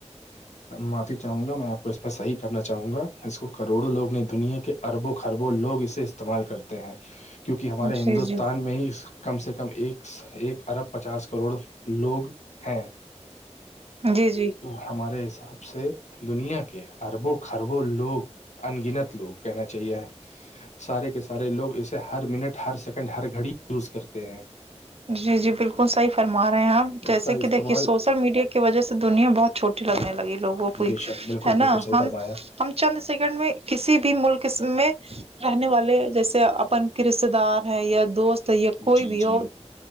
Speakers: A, on the left (about 75°); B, on the right (about 55°).
A: معافی چاہوں گا میں آپ کو اس میں صحیح کرنا چاہوں گا اس کو کروڑوں لوگ نے دنیا کے اربوں خربوں لوگ اسے استعمال کرتے ہیں کیونکہ ہمارے
B: جی
A: ہندوستان
B: جی
A: میں ہی کم سے کم ایک ایک ارب پچاس کروڑ لوگ ہیں
B: جی جی
A: تو ہمارے حساب سے دنیا کے اربوں خربوں لوگ انگنت لوگ کہنا چاہیے سارے کے سارے لوگ اسے ہر منٹ ہر سیکنڈ ہر گھڑی یوز کرتے ہیں
B: جی جی بالکل صحیح فرما رہے ہیں آپ جیسے
A: اس کا استعمال
B: کہ دیکھیے سوشل میڈیا کے کی وجہ سے دنیا بہت چھوٹی لگنے لگی لوگوں کو
A: بے شک بالکل
B: ہے نا
A: بالکل صحیح
B: ہم
A: فرمایا
B: ہم چند سیکنڈ میں کسی بھی ملک میں رہنے والے جیسے اپن کے رشتے دار ہیں یا دوست یہ کوئی
A: جی
B: بھی ہو
A: جی